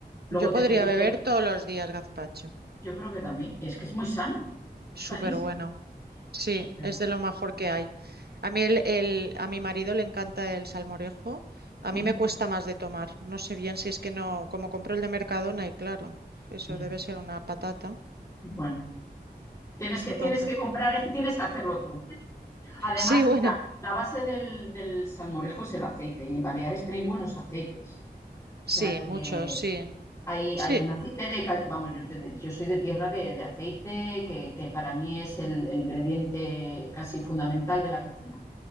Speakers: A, on the left; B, on the right.
A: Luego
B: Yo
A: te
B: podría
A: permite,
B: beber todos los días gazpacho.
A: yo creo que también, y es que es muy sano, es
B: Súper
A: sanísimo,
B: bueno. Sí,
A: es súper.
B: es de lo mejor que hay. A mí el, el- a mi marido le encanta el salmorejo. A
A: <laughs>
B: mí me cuesta más de tomar. No sé bien si es que no, como compro el de Mercadona y claro, eso
A: ya,
B: debe ser una patata.
A: Bueno, tienes que,
B: Entonces,
A: tienes que comprar, <laughs> tienes que hacerlo tú. Además,
B: sí, <laughs> bueno,
A: mira, la base del, del salmorejo es el aceite y en Baleares tenéis buenos aceites. O sea
B: sí,
A: que
B: mucho, sí.
A: hay,
B: Sí,
A: hay un aceite de... cal- Vamos, yo, te- yo soy de tierra de, de aceite que, que para mí es el, el ingrediente casi fundamental de la cocina.